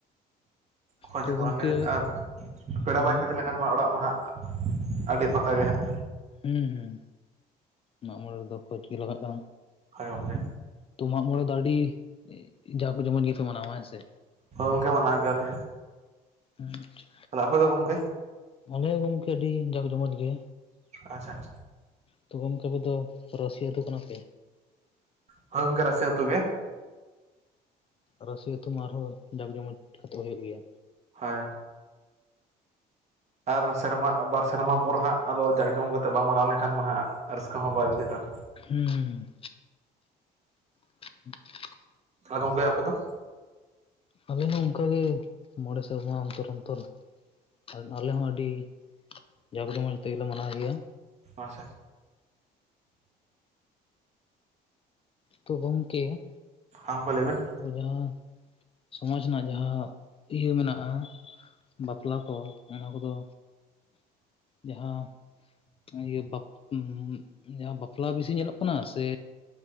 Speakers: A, on the right; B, on the left.
A: ᱠᱷᱚᱡᱽ
B: ᱛᱚ
A: ᱠᱚᱣᱟ
B: ᱜᱚᱢᱠᱮ
A: ᱞᱮ ᱟᱨ ᱯᱮᱲᱟ
B: ᱦᱩᱸ
A: ᱵᱟᱭ ᱠᱷᱚᱡᱽ ᱞᱮ ᱠᱷᱟᱱ ᱢᱟ ᱚᱲᱟᱜ ᱢᱟ ᱦᱟᱸᱜ ᱟᱹᱰᱤ ᱯᱷᱸᱟᱠᱟ ᱜᱮ ᱦᱟᱸᱜ
B: ᱦᱩᱸ ᱦᱩᱸ ᱢᱟᱜ ᱢᱚᱬᱮ ᱨᱮᱫᱚ ᱠᱷᱚᱡ ᱜᱮ ᱞᱟᱜᱟᱜ-ᱟ᱾
A: ᱦᱳᱭ ᱜᱚᱢᱠᱮ᱾
B: ᱛᱚ ᱢᱟᱜ ᱢᱚᱬᱮ ᱫᱚ ᱟᱹᱰᱤ ᱡᱟᱠ ᱡᱚᱢᱚᱡ ᱜᱮᱯᱮ ᱢᱟᱱᱟᱣᱟ ᱦᱮᱸ ᱥᱮ?
A: ᱦᱳᱭ ᱜᱚᱝᱠᱮ ᱢᱟᱱᱟᱣ ᱜᱮᱭᱟ ᱞᱮ᱾
B: ᱟᱪᱪᱷᱟ
A: ᱛᱟᱦᱞᱮ ᱟᱯᱮ ᱫᱚ ᱜᱚᱢᱠᱮ?
B: ᱢᱚᱱᱮ ᱜᱚᱝᱠᱮ ᱟᱹᱰᱤ ᱡᱟᱸᱠ ᱡᱚᱢᱚᱡ ᱜᱮ᱾
A: ᱟᱪᱪᱷᱟ ᱟᱪᱪᱷᱟ᱾
B: ᱛᱚ ᱜᱚᱢᱠᱮ ᱟᱵᱚ ᱫᱚ ᱨᱟᱥᱤ ᱟᱛᱩ ᱠᱟᱱᱟᱯᱮ?
A: ᱦᱳᱭ ᱜᱚᱝᱠᱮ ᱨᱟᱥᱤ ᱟᱛᱩ ᱜᱮ᱾
B: ᱨᱟᱥᱤ ᱟᱛᱩ ᱢᱟ ᱟᱨᱦᱚᱸ ᱡᱟᱠ ᱡᱚᱢᱚᱪ ᱠᱟᱛᱮᱜ ᱦᱩᱭᱩᱜ ᱜᱮᱭᱟ᱾
A: ᱦᱳᱭ᱾ ᱟᱨ ᱥᱮᱨᱢᱟ ᱵᱟᱨ ᱥᱮᱨᱢᱟ ᱯᱚᱨ ᱦᱟᱸᱜ ᱟᱫᱚ ᱡᱟᱸᱠ ᱡᱚᱢᱚᱠ ᱟᱛᱮᱜ ᱵᱟᱝ ᱢᱟᱱᱟᱣ ᱞᱮᱱᱠᱷᱟᱱ ᱢᱟ ᱦᱟᱸᱜ ᱨᱟᱹᱥᱠᱟᱹ ᱦᱚᱸ ᱵᱟᱭ ᱵᱩᱡᱷᱟᱹᱜ ᱠᱟᱱ,
B: ᱦᱩᱸ ᱦᱩᱸ᱾ <unintelligible>
A: ᱦᱟᱸ ᱜᱚᱝᱠᱮ ᱟᱯᱮ ᱫᱚ?
B: ᱟᱞᱮ ᱦᱚᱸ ᱚᱝᱠᱟ ᱜᱮ ᱢᱚᱬᱮ ᱥᱮᱨᱢᱟ ᱚᱱᱛᱚᱨ ᱚᱱᱛᱚᱨ ᱟᱨ ᱟᱞᱮ ᱦᱚᱸ ᱟᱹᱰᱤ ᱡᱟᱠ ᱡᱚᱢᱚᱡᱽ ᱛᱮᱜᱮᱞᱮ ᱢᱟᱱᱟᱣ ᱜᱮᱭᱟ᱾
A: ᱟᱪᱪᱷᱟ
B: ᱛᱚ ᱜᱚᱢᱠᱮ
A: ᱦᱟᱸ ᱜᱚᱢᱠᱮ ᱞᱟᱹᱭ ᱵᱮᱱ?
B: ᱟᱵᱚ ᱡᱟᱦᱟᱸ ᱥᱚᱢᱟᱡᱽ ᱨᱮᱱᱟᱜ ᱡᱟᱦᱟᱸ ᱤᱭᱟᱹ ᱢᱮᱱᱟᱜ-ᱟ᱾ ᱵᱟᱯᱞᱟ ᱠᱚ ᱚᱱᱟ ᱠᱚᱫᱚ ᱡᱟᱦᱟᱸ ᱤᱭᱟᱹ ᱵᱟᱯ ᱩᱸᱜ ᱡᱟᱦᱟᱸ ᱵᱟᱯᱞᱟ ᱵᱤᱥᱤ ᱧᱮᱞᱚᱜ ᱠᱟᱱᱟ ᱥᱮ